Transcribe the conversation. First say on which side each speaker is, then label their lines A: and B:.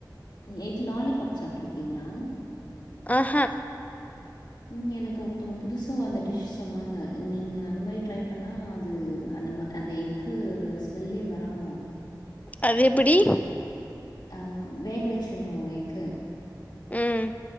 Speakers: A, on the left (about 70°); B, on the left (about 20°).
A: ம் எக் லாலிபப் சாப்ட்ருக்கீங்களா
B: ஆஹ
A: ம் எனக்கு ஒருத்தவங்க புதுசா அந்த டிஷ் சொன்னாங்க நீங்க அந்த மாரி ட்ரை பண்ணா அது அந்த அந்த எஃகு ஓட ஸ்மெல்லே வராதா
B: அது எப்பிடி
A: அ வேக வெச்சிர்னு எஃக
B: ம்